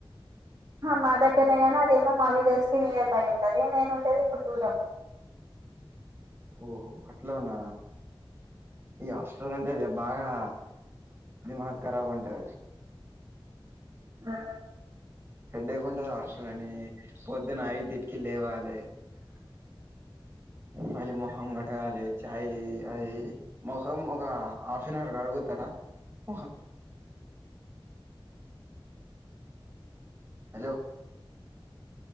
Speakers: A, on the right; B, on the right.
A: మా దగ్గరనే గానీ అదేమో మా విలేజ్ కి నియర్ బై ఉంటది, నేను ఉండేది ఇప్పుడు దురం.
B: ఓహో అట్లన ఈ హస్టల్ అంటే ది బాగా. దిమాగ్ ఖరాబ్ ఉంటది
A: ఆ
B: హెడ్ ఎకు ఉంటది హాస్టల్ అని పొద్దునయిదిటికి లేవాలి. మళ్లీ మొహం కడగాలె చ్చ. అయి అది ముఖం ఒక హాఫ్ అన్ అవర్ కడుగుతారా ముఖం. Hello